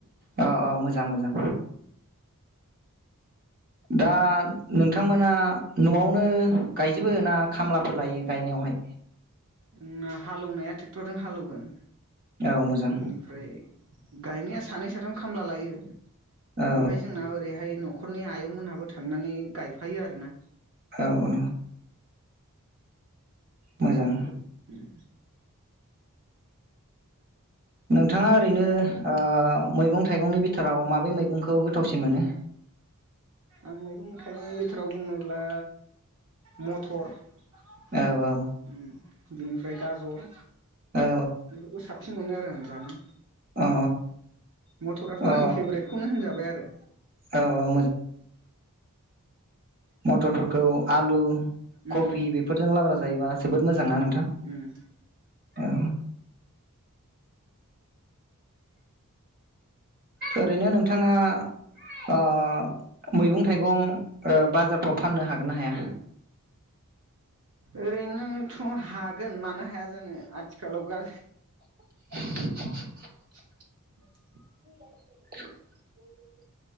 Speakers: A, on the right (about 40°); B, on the right (about 65°).
A: अ मोजां मोजां दा नोंथांमोना न'आवनो गायजोबो ना खामलाफोर लायो गायनायावहाय?
B: जोंना हालौवनाया ट्रेक्टरजों हालेवगोन
A: औ मोजां
B: बेनिफ्राय गायनाया सानै सो साथाम खामला लायो।
A: औ
B: ओमफ्राय जोंना ओरैहाय न'खर न'खरनि आयं मोनहाबो थांनानै गायफायो आरो ना।
A: औ औ। मोजां।
B: उम
A: नोंथांङा ओरैनो ओ मैगं थाइगंनि बिथोराव माबे मैगंखौ गोथावसिन मोनो?
B: आं मैगं थाइगंनि बिथोराव बुङोब्ला म थर ओम
A: औ औ
B: ओम। ओमफ्राय गाजर।
A: औ
B: बेफोरखौ साबसिन मोनो आरो आंङो। जानो।
A: अ
B: मटराथ'
A: अ
B: आंनि फेभरेटखौनो होनजाबाय आरो।
A: औ औ मथरफोरखौ आलु
B: उम
A: कफि बेफोरजों लाब्रा जायोबा जोबोद मोजांना
B: उम
A: नोंथां?
B: उम
A: औ। ओरैनो नोंथांङा ओ मैगं थाइगं ओ बाजारफोराव फाननो हागोन ना हाया?
B: ओरैनो थ' हागोन मानो हाया जानो आथिखालाव गा
A: <inaudible>
B: <inaudible>
A: <inaudible>